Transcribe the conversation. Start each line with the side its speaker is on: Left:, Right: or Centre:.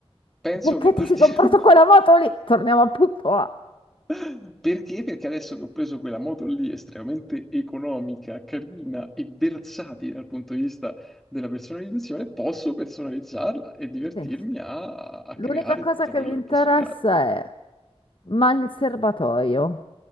Centre: Penso
Left: Perché
Centre: che partirò.
Left: ti sei comprato quella moto lì? Torniamo al punto A.
Centre: <laughs> Perché? Perché adesso che ho preso quella moto lì, estremamente economica, carina e versatile dal punto di vista della personalizzazione, posso personalizzarla e divertirmi
Left: Senti,
Centre: a, a
Left: L'unica
Centre: creare
Left: cosa
Centre: tutto
Left: che
Centre: quello
Left: mi interessa
Centre: che posso creare.
Left: è, ma il serbatoio,